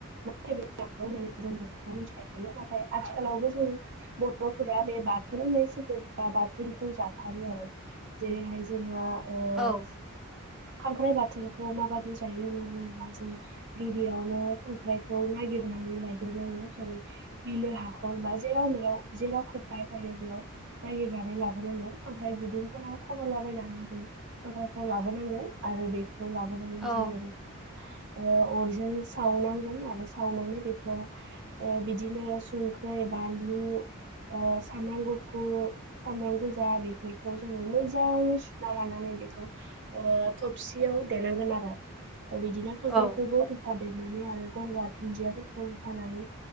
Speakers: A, on the right; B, in the centre.
A: <unintelligible> होननानै जों। मिथिखायो नाथाय आथिखालावबो जों बर'फोरा बे बाथोन होननाय बा बा थोनखौ जाथारो आरो जेरैहाय जोंङो ओ
B: औ
A: खांख्राइ बाथोनखौ माबादि जायो होनना बुङोब्ला जों गिबियावनो खांख्राइखौ नागिरनानै लायग्रोनांगो जेरै बिलो हाखर बा जेराव मेराव जेराव खांख्राय थायो बेयाव। नागिरनानै ला खांख्राय गुदुं फोराव खन 'लाबायनानै जों खांख्रायखौ लाबोनांगोन आरो बेखौ। लाबोनानै
B: औ
A: जोङो बेखौ। अरजों सावनांगोन आरो सावनानै बेखौ बिदिनो संख्रै बानलु सामब्राम गुफुर सामब्राम। गोजा बेफोरखौ जोङो मोजांनो सुना लानानै बेखौ ओ थबसियाव देनांगोन। बिदिनो खांख्रायखौबो
B: औ
A: होफा देनानै आरो गंगार दुन्दियाफोरखौ होफानानै